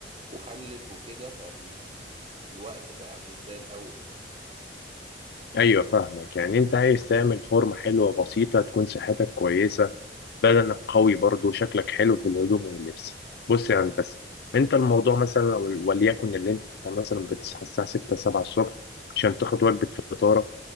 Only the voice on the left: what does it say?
أيوة فاهمك يعني أنت عايز تعمل فورمة حلوة بسيطة تكون صحتك كويسة بدنك قوي برضه شكلك حلو في الهدوم واللبس بص يا هندسة انت الموضوع مثلا ول- وليكن اللي انت مثلا بتصحى الساعة 6 7 الصبح عشان تاخد وجبة فطارك